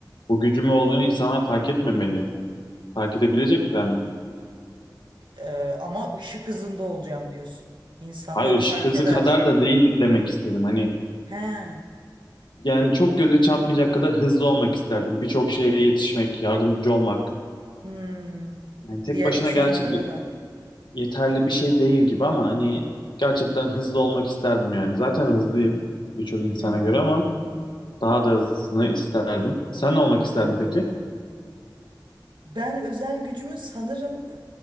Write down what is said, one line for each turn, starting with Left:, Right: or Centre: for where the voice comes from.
Left: bu gücümü olduğunu insanlar fark etmemeli. Fark edebilecekler mi?
Right: Ee, ama ışık hızında olacağım diyorsun. İnsanlar
Left: Hayır ışık
Right: fark
Left: hızı
Right: eder.
Left: kadar da değil demek istedim. Hani
Right: He.
Left: yani çok göze çarpmayacak kadar hızlı olmak isterdim. Birçok şeye yetişmek, yardımcı olmak.
Right: Hmm.
Left: Yani tek
Right: Diğer
Left: başına
Right: insanlara
Left: gerçi
Right: da.
Left: yeterli bir şey değil gibi ama hani gerçekten hızlı olmak isterdim yani. Zaten hızlıyım birçok insana
Right: Hı hı.
Left: göre ama daha da hızlısını isterdim. Sen ne olmak isterdin peki?
Right: Ben özel gücümü sanırım